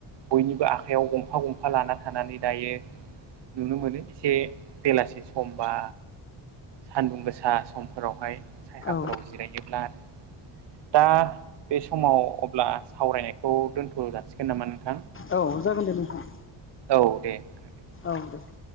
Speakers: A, on the right (about 65°); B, on the left (about 30°).
A: बयनिबो आखाइयाव गंफा गंफा लाना थानानै दायो नुनो मोनो एसे बेलासि समबा सानदुं गोसा समफोरावहाय सायायााफोराव
B: औ
A: जिरायोब्ला आरो दा बे समाव अब्ला सावरायनायखौ दोनथ' जासिगोन नामा नोंथां
B: औ जागोन दे नोंथां
A: औ दे नोंथां दे
B: औ दे